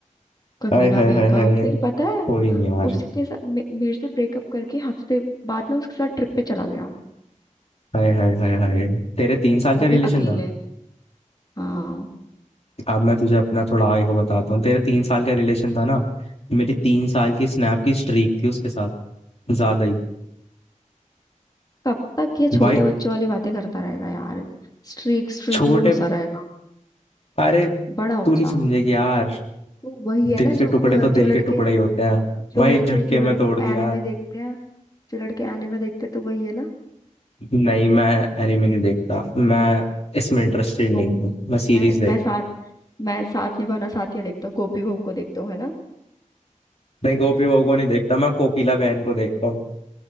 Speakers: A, on the left; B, on the left.
A: कमीना
B: हाय हाय
A: कहीं
B: हाय
A: का
B: हाय
A: फिर पता है
B: कोई नहीं यार
A: उसके साथ मे, मेरे से ब्रेकअप करके हफ्ते बाद में उसके साथ ट्रिप पे चला गया
B: हाय हाय हाय हाय तेरे तीन साल का
A: वो भी
B: रिलेशन
A: अकेले
B: था
A: हाँ
B: अब मैं तुझे अपना थोड़ा आगे का बताता हूँ तेरे तीन साल का रिलेशन था ना मेरी तीन साल की स्नैप की स्ट्रीक थी उसके साथ ज्यादा ही
A: कब तक ये
B: भाई
A: छोटे बच्चों वाली बातें करता रहेगा यार स्ट्रीक स्ट्रीक
B: छोटे
A: में घुसा रहेगा
B: अरे
A: बड़ा हो
B: तू नहीं
A: जा
B: समझेगी यार
A: वो वही है
B: दिल
A: ना जो
B: के टुकड़े
A: अ,
B: तो दिल
A: जो लड़के
B: के टुकड़े ही होते हैं
A: जो
B: भाई
A: लड़के
B: एक झटके
A: जो लड़के
B: में तोड़ दिया
A: एनिमे
B: यार
A: देखते हैं जो लड़के एनिमे देखते हैं तो वही है ना
B: नहीं मैं एनिमे नहीं देखता मैं इसमें इंटरेस्टेड नहीं
A: गो
B: हूँ मैं सीरीज
A: मैं
B: देख
A: मैं साथ मैं साथ निभाना साथिया देखता हूँ गोपी बहू को देखता हूँ है ना
B: नहीं गोपी बहू को नहीं देखता मैं कोकिला बहन को देखता हूँ